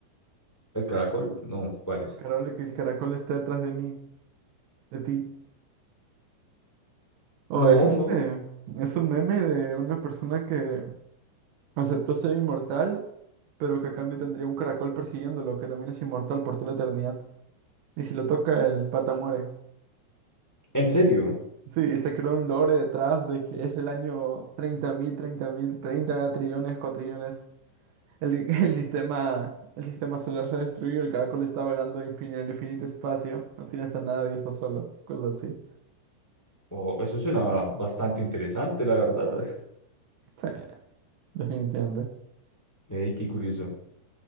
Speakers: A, in the centre; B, on the right.
A: ¿El caracol? No, ¿cuál
B: El
A: es?
B: caracol, que el caracol está detrás de mí, de ti. Oh,
A: No,
B: es este.
A: no,
B: Es un meme de una persona que aceptó ser inmortal pero que a cambio tendría un caracol persiguiéndolo, que también es inmortal por toda la eternidad. Y si lo toca, el pata muere.
A: en serio.
B: Sí, y se creó un lore detrás de que es el año treinta mil treinta mil treinta trillones, cuatrillones. El, <laughs> el sistema, el sistema solar se ha destruido, el caracol está vagando infin- en el infinito espacio. No tienes a nadie, estás solo, cosas así.
A: Oh, eso suena bastante interesante, la verdad.
B: Sí, definitivamente.
A: Ey, qué curioso.